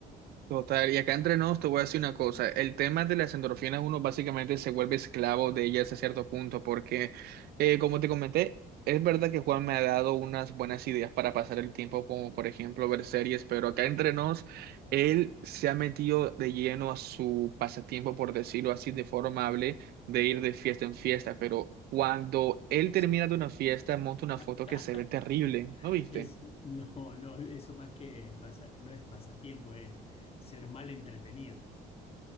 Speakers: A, on the right; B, on the left.
A: Total, y acá entre nos te voy a decir una cosa, el tema de las endorfinas uno básicamente se vuelve esclavo de ellas a cierto punto porque eh, como te comenté, es verdad que Juan me ha dado unas buenas ideas para pasar el tiempo como por ejemplo ver series, pero acá entre nos él se ha metido de lleno a su pasatiempo por decirlo así de forma amable de ir de fiesta en fiesta, pero cuando él
B: Es,
A: termina de una fiesta monta una foto
B: <laughs>
A: que se ve terrible, ¿no viste?
B: es- no, no, eso más que pasa, no es pasatiempo, es ser mal entretenido.